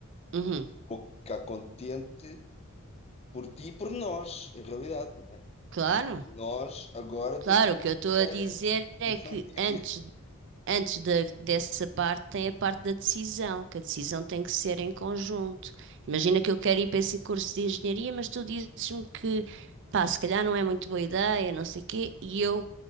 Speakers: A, on the right; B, on the left.
A: uhum,
B: Vou ficar contente por ti e por nós, em realidade, não é?
A: claro,
B: Nós agora
A: claro.
B: temos uma
A: O que eu estou
B: engenheira.
A: a dizer
B: <laughs>
A: é que antes Antes da- dessa parte, tem a parte da decisão, que a decisão tem que ser em conjunto. Imagina que eu quero ir para esse curso de engenharia, mas tu dizes-me que, pá, se calhar não é muito boa ideia, não sei quê, e eu